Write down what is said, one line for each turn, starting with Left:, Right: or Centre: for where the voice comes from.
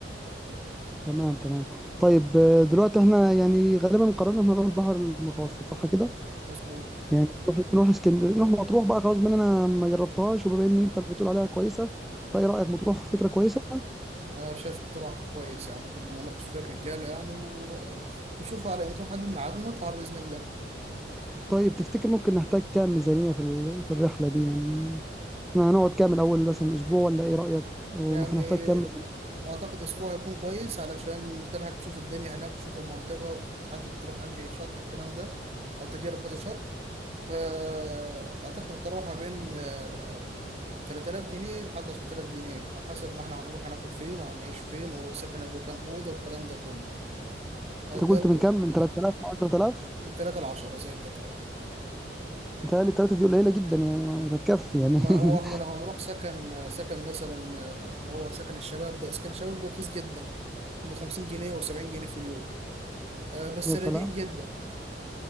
Centre: تمام تمام طيب آه، دلوقتي احنا يعني غالبا قررنا ان احنا نروح البحر المتوسط صح كده
Right: مظبوط
Centre: يعني نروح نروح اسكندريه نروح مطروح بقى خلاص بما ان انا ما جربتهاش وبما ان انت بتقول عليها كويسه فايه رايك مطروح فكره كويسه
Right: أنا شايف اقتراح كويس يعني ممكن نناقش فيه الرجالة يعني ونشوف على إمتى نحدد ميعاد ونطلع بإذن الله
Centre: طيب تفتكر ممكن نحتاج كام ميزانيه في ال- في الرحله دي يعني احنا هنقعد كام الاول مثلا اسبوع ولا ايه رايك وما
Right: يعني
Centre: احنا هنحتاج كام ميزانيه
Right: أعتقد أسبوع هيكون كويس علشان تلحق تشوف الدنيا هناك وتشوف المنطقة وتحدد تروح أنهي شط والكلام ده أو تجرب كذا شط فأعتقد هتروح ما بين آه، 3000 جنيه لحد 10000 جنيه على حسب ما إحنا هنروح هناكل فين وهنعيش فين والسكن هيبقى كام أوضة والكلام ده كله آه،
Centre: انت قلت
Right: ده ال-
Centre: من كام من 3000 ل 10000
Right: من 3 ل 10 زي كده
Centre: متهيألي التلاتة دي قليله جدا يعني ما- مش هتكفي
Right: ما
Centre: يعني <laughs>
Right: هو احنا لو هنروح سكن سكن مثلا آه، اللي هو سكن الشباب ده سكن الشباب بيبقى رخيص جدا ب 50 جنيه و70 جنيه في اليوم آه، بس
Centre: يا
Right: رديء
Centre: سلام
Right: جدا